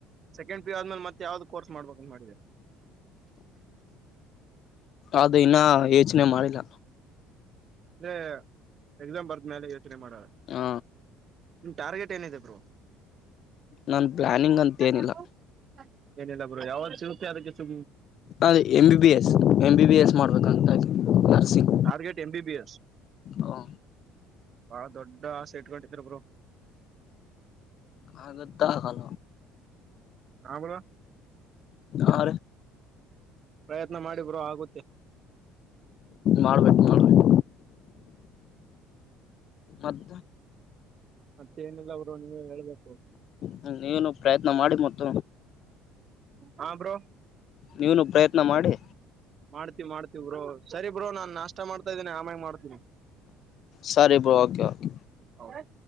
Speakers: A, on the right; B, on the left.
A: ಸೆಂಡ್ ಪಿಯ ಆದ್ಮೇಲೆ ಮೆ ಯಾವ್ದ ಕೋರ್ ಮಾಡಬೇಕಂತ ಮಾಡೀರ
B: ಅದು ಇನ್ನ ಯೋಚನೆ ಮಾಡಿಲ್ಲ
A: ಅ ಎಕ್ಸಾಮ್ ಬರ್ದ ಮೇಲೆ ಯೋಚನೆ ಮಾಡ
B: ಹ
A: ನಿಮ ಟಾರ್ಗೆಟ್ ಏನಿದೆ ಬರು
B: ನನ್ ಪ್ಲಾನಿಂಗ್
A: ಹ
B: ಅಂತ ಏನಿಲ್ಲ
A: ಏನಿಲ್ಲ ಬರು ಯಾವ್ದ ಚಸೆ ಅದಕ್ಕೆ ಸು
B: ಅದೇ M B B S M B B S ಮಾಡ್ಬೇಕಂತ nursing
A: target M B S
B: ಹಾ
A: ಬಾ ದೊಡ್ಡ ಸೆಟಡಿದ್ರಬ್ರು
B: ಹಗತ್ತಾಲ
A: ಹಮಳ
B: ಆ
A: ಪ್ರಯತ್ನ ಮಾಡಿ ಬ್ರೋ ಆಗುತ್ತೆ
B: ಮಾಡ್ಬೇಕು ಮಾಡ್ಬೇಕು ಅದ
A: ಮತ್ತೆ ಏನೆಲ್ಲ ಅವರು ನೀವು ಹೇಳ್ಬೇಕು
B: ಹ ನೀವನು ಪ್ರಯತ್ನ ಮಾಡಿ ಮತ್ತ
A: ಹಾ ಬ್ರೋ
B: ನೀನು ಪ್ರಯತ್ನ ಮಾಡಿ
A: ಮಾಡ್ತೀವಿ ಮಾಡ್ತೀವ ಬ್ರೋ ಸರಿ ಬೋ ನಾನ್ ನಾಷ್ಟ ಮಾಡ್ತಾ ಇದ್ದೇನೆ ಆಮ್ಯಾಗ ಮಾಡ್ತೀನಿ
B: ಸರಿ ಬ ಓಕೆ ಓಕೆ
A: ಹ